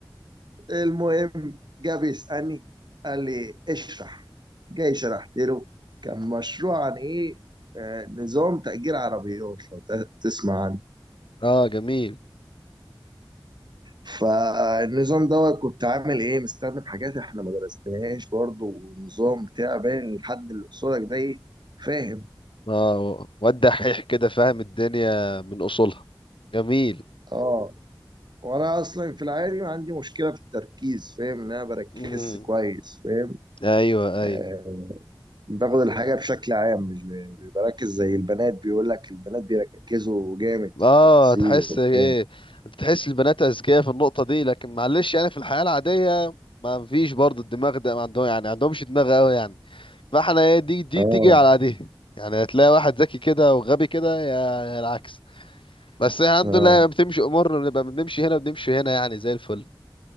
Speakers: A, on the right (about 55°); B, on the left (about 75°).
A: المهم جه بيسالني قال لي اشرح جاي شرحت له كان مشروع عن ايه آه نظام تأجير عربيات لو ت- تسمع عنه
B: اه جميل
A: فالنظام دوت كنت عامل ايه مستخدم حاجات احنا ما درسناهاش برضه والنظام بتاع باين لحد اللي قصادك ده ايه فاهم
B: اه واد دحيح كده فاهم الدنيا من اصولها جميل
A: اه وانا اصلا في العادي ما عندي مشكله في التركيز فاهم ان انا بركز
B: امم
A: كويس فاهم
B: ايوه ايوه
A: آه باخد الحاجه بشكل عام مش ب- مش بركز زي البنات بيقول لك البنات بيركزوا جامد في
B: اه
A: التفاصيل
B: تحس
A: وبتاع
B: ايه انت تحس البنات اذكياء في النقطه دي لكن معلش يعني في الحياه العاديه ما فيش برضه الدماغ ده ما عندهم يعني ما عندهمش دماغ قوي يعني فاحنا ايه دي دي
A: اه
B: تيجي على دي يعني هتلاقي واحد ذكي كده وغبي كده يا يا العكس بس الحمد
A: اه
B: لله بتمشي امورنا بنبقى بنمشي هنا بنمشي هنا يعني زي الفل